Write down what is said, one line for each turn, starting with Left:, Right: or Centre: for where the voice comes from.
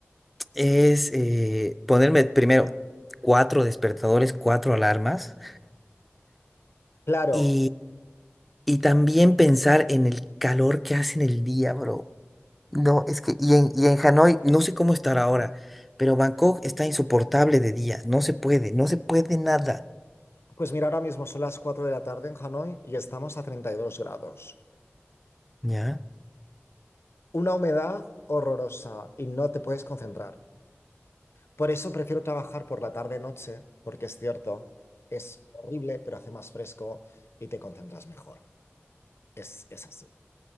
Centre: es eh, ponerme primero cuatro despertadores, cuatro alarmas
Left: Claro,
Centre: y, y también pensar en el calor que hace en el día, bro. No, es que, y en, y en Hanoi, no sé cómo estar ahora, pero Bangkok está insoportable de día, no se puede, no se puede nada.
Left: pues mira, ahora mismo son las 4 de la tarde en Hanoi y estamos a 32 grados.
Centre: Ya.
Left: Una humedad horrorosa y no te puedes concentrar. Por eso prefiero trabajar por la tarde-noche, porque es cierto, es horrible, pero hace más fresco y te concentras mejor. Es, es así,